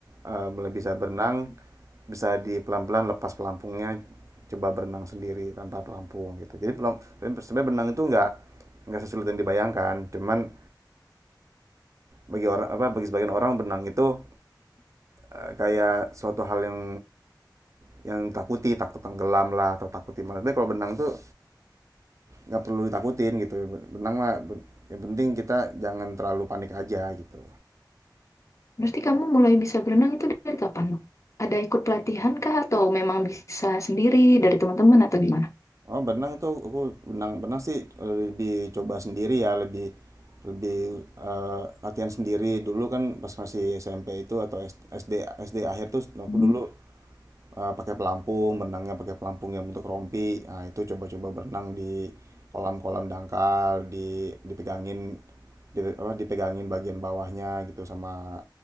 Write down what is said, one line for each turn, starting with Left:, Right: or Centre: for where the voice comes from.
Right: eh, mulai bisa berenang, bisa di pelan-pelan lepas pelampungnya, coba berenang sendiri tanpa pelampung gitu. Jadi pelam- sebenarnya berenang itu nggak nggak sesulit yang dibayangkan. Cuman bagi orang apa bagi sebagian orang berenang itu eh, kayak suatu hal yang yang takuti takut tenggelam lah atau takut gimana tapi kalau benang tuh nggak perlu ditakutin gitu benang mah yang penting kita jangan terlalu panik aja gitu
Left: Berarti kamu mulai bisa berenang itu dari kapan? Nuk? Ada ikut pelatihan kah atau memang bisa sendiri dari teman-teman atau gimana?
Right: oh benang tuh aku benang benang sih lebih coba sendiri ya lebih lebih eh, latihan sendiri dulu kan pas masih SMP itu atau SD SD akhir tuh aku
Left: Hmm.
Right: dulu eee, pakai pelampung, berenangnya pakai pelampung yang bentuk rompi. Nah, itu coba-coba berenang di kolam-kolam dangkal, di dipegangin di apa, dipegangin bagian bawahnya gitu sama